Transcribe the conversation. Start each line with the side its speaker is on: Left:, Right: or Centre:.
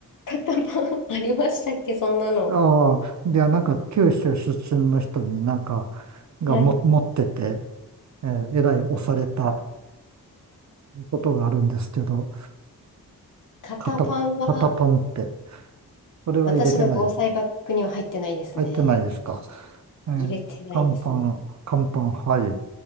Left: 型パン <laughs> ありましたっけそんなの。
Right: ああ、で、なんか九州出身の人になんか、がも持ってて、
Left: はい。
Right: えーえらい押されたことがあるんですけど、
Left: 型パンは、
Right: 肩、肩パンって。それは入れてないです。
Left: 私の防災バッグには入ってないですね。
Right: 入ってないですか。えー、
Left: 入れてないですね。
Right: 乾パン、乾パン、はい。